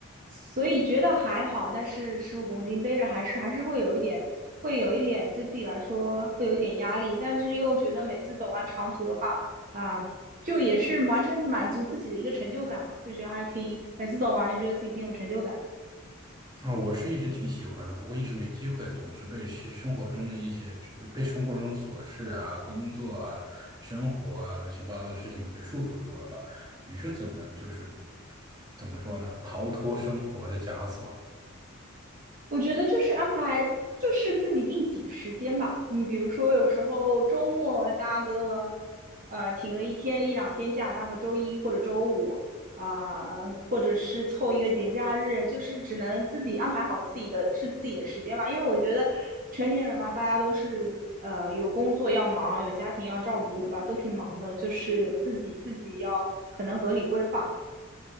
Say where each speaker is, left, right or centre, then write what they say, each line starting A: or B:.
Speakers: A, on the right; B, on the right.
A: 所以觉得还好，但是十五公斤背着还是还是会有一点，会有一点对自己来说会有一点压力，但是又觉得每次走完长途的话，啊、就也是完成满足自己的一个成就感嘛，就觉得还挺，每次走完就觉得自己挺有成就感的。
B: 啊、我是一直挺喜欢的，不过一直没机会，总是被西生活中的一些被被生活中琐事啊、工作啊、生活啊乱七八糟的事情给束缚住了吧？你是怎么就是怎么说呢？逃脱生活的枷锁？
A: 我觉得就是安排，就是自己硬挤时间吧。你比如说，有时候周末啊搭个，呃，请个一天一两天假，搭个周一或者周五，啊、或者是凑一个节假日，就是只能自己安排好自己的是自己的时间吧。因为我觉得成年人嘛，大家都是呃有工作要忙，有家庭要照顾，对吧？都挺忙的，就是自己自己要可能合理规划。